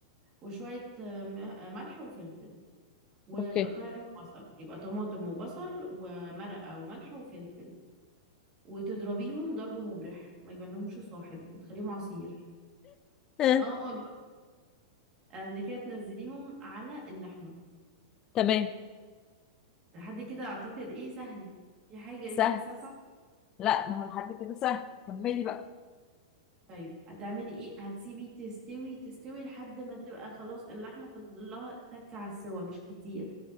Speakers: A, on the right; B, on the left.
A: وشويه آه، م- آه، ملح وفلفل وتقطعي
B: اوكي
A: عليهم بصل يبقى طماطم وبصل ومرقه وملح وفلفل وتضربيهم ضرب مبرح ما يبانلهمش صاحب بتخليهم عصير
B: آه.
A: اه والله. آه، دي كده تنزليهم على اللحمه
B: تمام
A: لحد كده اعتقد ايه سهل في حاجة
B: سهل
A: انت حاساها صعبة
B: لا ما هو لحد كده سهل كملي بقى
A: طيب هتعملي ايه هتسيبي تستوي تستوي لحد ما تبقى خلاص اللحمة فاضل لها تكة على السوا مش كتير